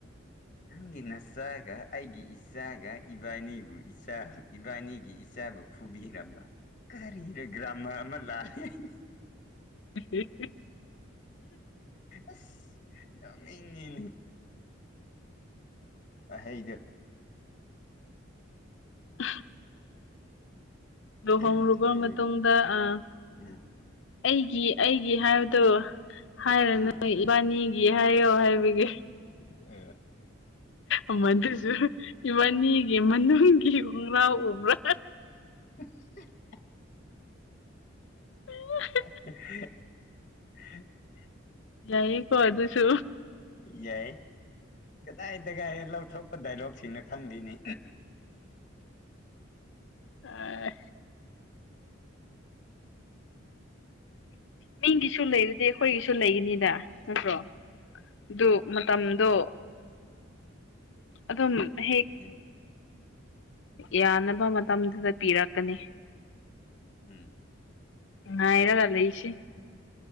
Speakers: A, on the left (about 40°); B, on the left (about 65°).
A: ꯅꯪꯒꯤ ꯅꯆꯥꯒ ꯑꯩꯒꯤ ꯏꯆꯥꯒ ꯏꯕꯥꯅꯤꯕꯨ ꯏꯆꯥ ꯏꯕꯥꯅꯤꯒꯤ ꯏꯆꯥꯕꯨ ꯐꯨꯕꯤꯔꯝꯕ ꯀꯔꯤꯔ ꯒ꯭ꯔꯥꯃꯔ ꯑꯃ ꯂꯥꯜꯂꯦ ꯍꯥꯢꯅ <unintelligible>
B: <unintelligible>
A: ꯑꯁ <unintelligible> ꯋꯥꯍꯩꯗꯨ
B: <unintelligible> ꯂꯨꯍꯣꯡꯂꯨꯕ
A: ꯑꯗꯨ
B: ꯃꯇꯨꯡꯗ ꯑꯥ
A: ꯎꯝ
B: ꯑꯩꯒꯤ ꯑꯩꯒꯤ ꯍꯥꯏꯕꯗꯣ ꯍꯥꯏꯔꯅꯣꯏ
A: ꯑꯥ
B: ꯏꯕꯥꯅꯤꯒꯤ ꯍꯥꯏꯌꯣ ꯍꯥꯏꯕꯒꯤ
A: ꯑꯦ
B: ꯑꯃꯗꯨꯁꯨ ꯏꯕꯥꯅꯤꯒꯤ ꯃꯅꯨꯡꯒꯤ ꯈꯣꯡꯒ꯭ꯔꯥꯎ ꯎꯕ꯭ꯔꯥ
A: <unintelligible>
B: <unintelligible>
A: <unintelligible>
B: ꯌꯥꯏꯌꯦ ꯀꯣ ꯑꯗꯨꯁꯨ
A: ꯌꯥꯏ ꯀꯗꯥꯏ ꯗꯒꯥꯏꯌꯦ ꯂꯧꯊꯣꯛꯄ ꯗꯥꯏꯂꯣꯛꯁꯤꯡꯅ ꯈꯪꯗꯦꯅꯦ
B: ꯑꯥꯏ ꯃꯤꯒꯤꯁꯨ ꯂꯩꯔꯗꯤ ꯑꯩꯈꯣꯏꯒꯤꯁꯨ ꯂꯩꯒꯅꯤꯗ ꯅꯠꯇ꯭ꯔꯣ ꯗꯨ
A: ꯑꯥ
B: ꯃ ꯇꯝꯗꯣ ꯑꯗꯨꯝ ꯍꯦꯛ
A: ꯇꯤꯟ
B: ꯌꯥꯅꯕ ꯃꯇꯝꯗꯨꯗ ꯄꯤꯔꯛꯀꯅꯤ
A: ꯎꯝ
B: ꯉꯥꯏꯔꯒ ꯂꯩꯁꯤ